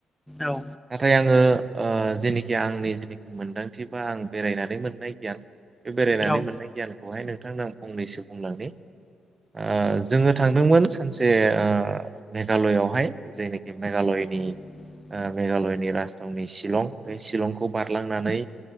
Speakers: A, in the centre; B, on the right.
A: औ
B: नाथाय आङो ओ जेनिखि आंनि जेनाखि मोन्दांथिफोरा आं बेरायनानै मोननाय गियान बे बेरायनानै
A: औ
B: मोननाय गियानखौहाय नोंथांनो आं फंनैसो बुंलांनि ओ जोङो थांदोंमोन सानसे ओ मेघालयआवहाय बे मेघालयनि
A: <inaudible>
B: ओ मेघालयनि राजथावनि शिलं बे शिलंखौ बारलांनानै